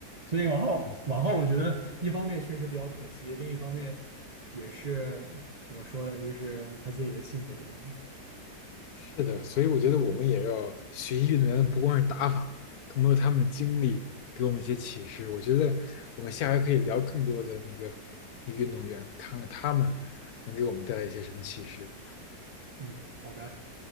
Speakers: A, on the right; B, on the left.
A: 所以往后往后，
B: 嗯。
A: 我觉得一方面确实比较可惜，另一方面也是怎么说呢，就是他自己的性格原因。
B: 是的，所以我觉得我们也要学习运动员的不光是打法，更多他们的经历给我们一些启示。我觉得我们下回可以聊更多的那个那个运动员，看看他们能给我们带来一些什么启示。
A: 嗯，好的。